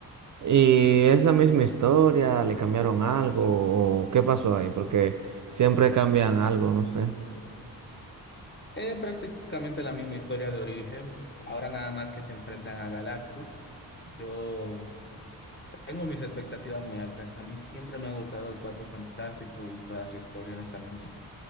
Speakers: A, on the right; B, on the left.
A: ¿Y es la misma historia? ¿Le cambiaron algo? ¿O qué pasó ahí? Porque siempre cambian algo, no sé.
B: Es prácticamente la misma historia de origen, ahora nada más que se enfrentan a Galactus. Yo tengo mis expectativas muy altas, a mí siempre me ha gustado el Cuatro Fantástico y toda su historia, honestamente.